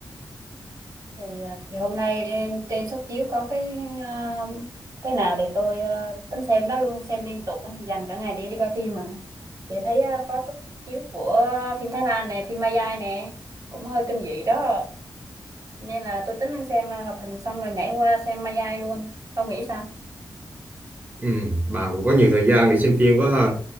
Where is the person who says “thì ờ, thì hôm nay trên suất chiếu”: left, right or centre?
Right